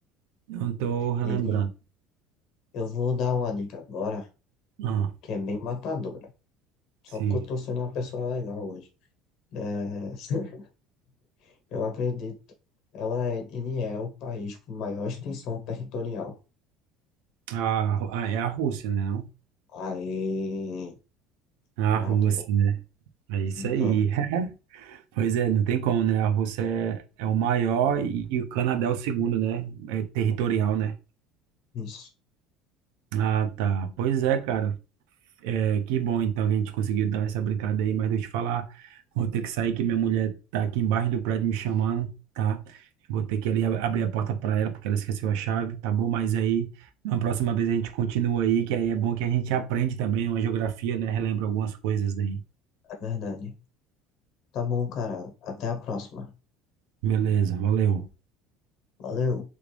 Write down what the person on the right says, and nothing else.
Não tô relembrando.
Ah,
sim.
A, Ru- ah, é a Rússia, né? Não?
A
Rússia, né? É isso
aí. <laughs> Pois é, não tem como, né? A Rússia é, é o maior e, e o Canadá é o segundo, né? É territorial, né?
Ah, tá. Pois é, cara. É, que bom, então, que a gente conseguiu dar essa brincada aí, mas deixa eu te falar, vou ter que sair que minha mulher tá aqui embaixo do prédio me chamando, tá? Vou ter que ali ab- abrir a porta para ela, porque ela esqueceu a chave, tá bom? Mas aí, na próxima vez a gente continua aí, que aí é bom que a gente aprende também uma geografia, né? Relembra algumas coisas aí
Beleza, valeu.